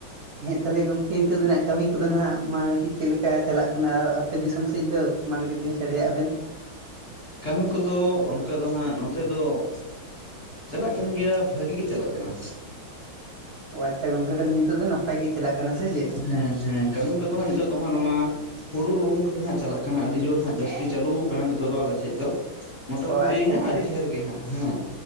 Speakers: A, on the right; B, on the left.
A: ᱦᱮᱸ ᱛᱟᱦᱚᱞᱮ ᱜᱚᱝᱠᱮ ᱱᱤᱛᱚᱜ ᱫᱚ ᱱᱷᱟᱜ ᱠᱟᱹᱢᱤ ᱠᱚᱫᱚ ᱱᱷᱟᱜ ᱢᱟ ᱠᱟᱹᱴᱤᱡ ᱪᱮᱫ ᱞᱮᱠᱟ ᱪᱟᱞᱟᱜ ᱠᱟᱱᱟ ᱟᱯᱮ ᱫᱤᱥᱚᱢ ᱥᱮᱫ ᱫᱚ? ᱢᱟ ᱠᱟᱹᱴᱤᱡ ᱞᱟᱹᱭ ᱥᱟᱰᱮᱭᱟᱜ ᱵᱮᱱ ᱾
B: ᱠᱟᱹᱢᱤ ᱠᱚᱫᱚ ᱚᱱᱠᱟ ᱫᱚ ᱱᱦᱟᱸᱜ ᱱᱚᱛᱮ ᱫᱚ ᱾ ᱪᱟᱞᱟᱜ ᱠᱟᱱ ᱜᱮᱭᱟ ᱵᱷᱟᱹᱜᱤ ᱜᱮ ᱪᱟᱞᱟᱜ ᱠᱟᱱᱟ ᱾
A: ᱚ ᱟᱪᱷᱟ ᱜᱚᱝᱠᱮ ᱛᱟᱦᱚᱞᱮ ᱱᱤᱛᱚᱜ ᱫᱚ ᱱᱟᱯᱟᱭ ᱜᱮ ᱪᱟᱞᱟᱜ ᱠᱟᱱᱟ ᱥᱮ ᱪᱮᱫ?
B: ᱦᱮᱸ ᱦᱮᱸ ᱠᱟᱹᱢᱤ ᱠᱚᱫᱚ ᱱᱤᱛᱚᱜ ᱫᱚ ᱦᱟᱜ ᱱᱚᱣᱟ ᱾ ᱦᱩᱲᱩ ᱨᱚᱦᱚᱭ ᱠᱚᱜᱮ ᱦᱟᱸᱜ ᱪᱟᱞᱟᱜ ᱠᱟᱱᱟ ᱟᱹᱰᱤ ᱡᱳᱨ ᱦᱟᱸᱜ ᱡᱟᱹᱥᱛᱤ ᱪᱟᱹᱞᱩ ᱠᱟᱱᱟ ᱱᱤᱛᱚᱜ ᱫᱚ ᱟᱞᱮ ᱥᱮᱫ ᱫᱚ ᱾ ᱢᱚᱴᱟ
A: ᱚ
B: ᱢᱩᱴᱤ
A: ᱟᱪᱪᱷᱟ
B: ᱟᱹᱰᱤ
A: ᱟᱪᱪᱷᱟ
B: ᱰᱷᱮᱨ ᱜᱮ ᱦᱟᱸᱜ ᱦᱮᱸ